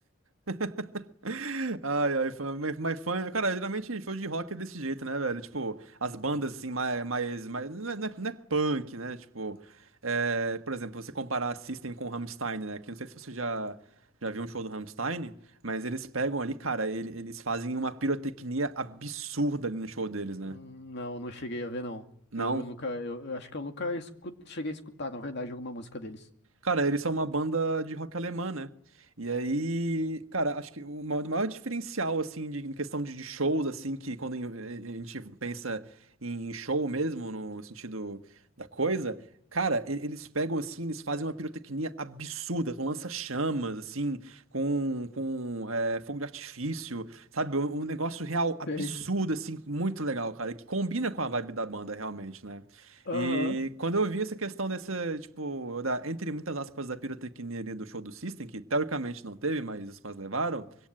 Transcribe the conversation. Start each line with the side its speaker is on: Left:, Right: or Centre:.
Right: <laughs> Ai, ai, fã, mas mas fã. Cara, geralmente show de rock é desse jeito, né, velho? Tipo, as bandas assim, mais, mais, mais não é, não é- não é punk, né? Tipo, é, por exemplo, você comparar System com Rammstein, né? Que eu não sei se você já, já viu um show do Rammstein, mas eles pegam ali, cara, ele- eles fazem uma pirotecnia absurda ali no show deles, né?
Left: Hum, Não, não cheguei a ver, não.
Right: Não,
Left: Eu, eu nunca, eu, eu acho que eu nunca escu- cheguei a escutar, na verdade, alguma música deles.
Right: Cara, eles são uma banda de rock alemã, né? E aí, cara, acho que o ma- o maior diferencial, assim, de, em questão de, de shows, assim, que quando em- eh, eh, a gente pensa em show mesmo, no sentido da coisa, cara, e- eles pegam, assim, eles fazem uma pirotecnia absurda, com lança-chamas, assim, com, com eh, fogo de artifício, sabe? Um, um negócio real absurdo,
Left: Sei.
Right: assim, muito legal, cara, que combina com a vibe da banda, realmente, né?
Left: Aham.
Right: E quando eu vi essa questão dessa, tipo, da, entre muitas aspas, da pirotecnia ali do show do System, que teoricamente não teve, mas os fãs levaram,